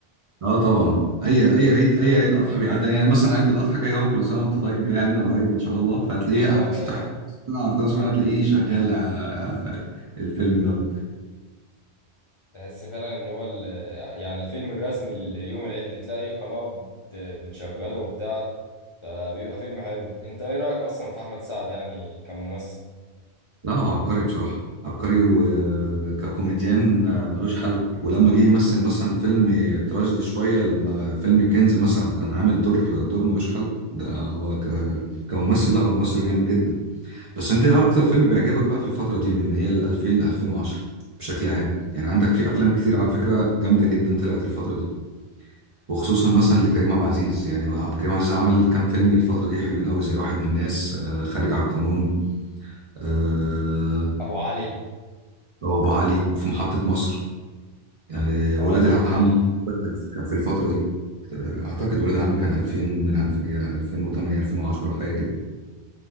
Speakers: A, on the right; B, on the left.
A: اه طبعا اي اي عيد اي عيد اضحى بيعدي يعني مثلا عيد الاضحى جاي اهو كل سنه وانت طيب جاي علينا قريب ان شاء الله فهتلاقيه
B: اه
A: بتفتح
B: فعلا
A: سنه عرضنا سنه هتلاقيه شغال آه، آه، الفيلم ده
B: تحس فعلا ان هو ال- يعني الفيلم الرسمي ليوم العيد تلاقي قناة بت- بتشغله وبتاع فبيبقى فيلم حلو انت ايه رأيك اصلا في احمد سعد يعني كممثل
A: لا هو عبقري بصراحه عبقري وككوميديان ملوش حل ولما جه يمثل مثلا فيلم تراجيدي شويه لما فيلم الكنز مثلا كان عامل دور دور ملوش حل ده هو ك- كممثل لا هو ممثل جامد جدا بس انت ايه اكتر فيلم بيعجبك بقى في الفترة دي من هي ال 2000 ل 2010 بشكل عام يعني عندك في افلام كتير على فكرة جامدة جدا طلعت الفترة دي وخصوصا مثلا لكريم عبد العزيز يعني هو عبد الكريم عبد العزيز عمل كام فيلم الفترة دي حلوين قوي زي واحد من الناس آه خارج على القانون آه
B: ابو علي
A: هو ابو علي وفي محطة مصر يعني ولاد
B: اه
A: العم
B: جميل
A: كان كان في الفترة دي اعتقد ولاد العم كان 2000 من 2000 يعني 2008 2010 حاجة كده